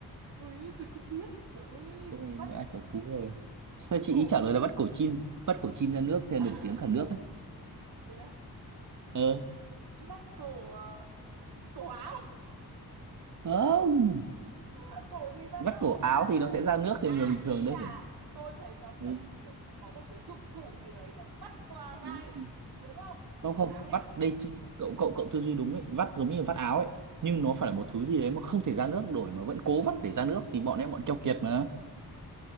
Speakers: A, on the right; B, on the right.
A: Ui, tôi không biết. Trời ơi,
B: câu này lên
A: vắt
B: ai là triệu phú rồi sao chị
A: cổ.
B: ý trả lời là vắt cổ chim vắt cổ chim ra nước thì
A: <laughs>
B: nổi tiếng cả nước ấy
A: Thế á?
B: ờ
A: Vắt cổ, ờ, cổ áo.
B: không
A: Mà cổ gì ra
B: vắt
A: nước
B: cổ áo
A: ta?
B: thì nó sẽ ra nước thì
A: À,
B: người bình
A: ý
B: thường đấy
A: là
B: phải
A: tôi thấy nó
B: ừ,
A: sẽ kiểu có một cái dụng cụ gì đấy nó vắt qua vai.
B: đúng rồi.
A: Đúng không?
B: không không
A: Đáng lẽ
B: vắt đây chị cậu cậu cậu tư duy đúng ấy vắt giống như vắt áo ấy nhưng nó phải
A: Ờ,
B: là một thứ gì đấy mà không thể ra nước nổi mà vẫn cố vắt để ra nước thì bọn em bọn keo kiệt mà